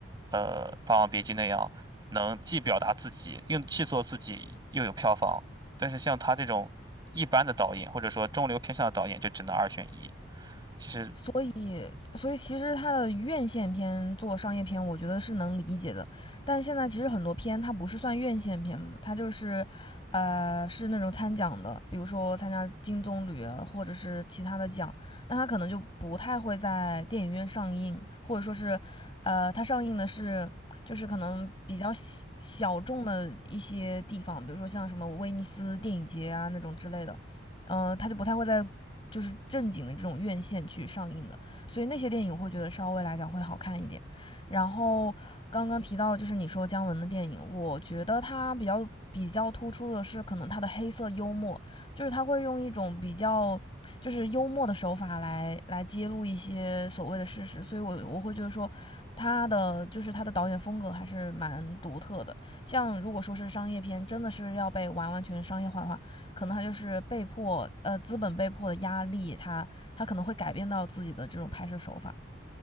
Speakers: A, on the right; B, on the left.
A: 呃《霸王别姬》那样，能既表达自己又既做自己又有票房，但是像他这种一般的导演或者说中流偏上的导演就只能二选一，其实
B: 所以所以其实他的院线片做商业片，我觉得是能理解的。但现在其实很多片它不是算院线片嘛，它就是，呃，是那种参奖的，比如说参加金棕榈啊或者是其他的奖，那它可能就不太会在电影院上映，或者说是，呃，它上映的是就是可能比较小小众的一些地方，比如说像什么威尼斯电影节啊那种之类的。嗯、呃，它就不太会在就是正经的这种院线去上映的，所以那些电影我会觉得稍微来讲会好看一点。然后刚刚提到就是你说姜文的电影，我觉得他比较比较突出的是可能他的黑色幽默，就是他会用一种比较就是幽默的手法来来揭露一些所谓的事实，所以我我会觉得说他的就是他的导演风格还是蛮独特的。像如果说是商业片，真的是要被完完全商业化的话，可能他就是被迫，呃，资本被迫的压力，他他可能会改变到自己的这种拍摄手法。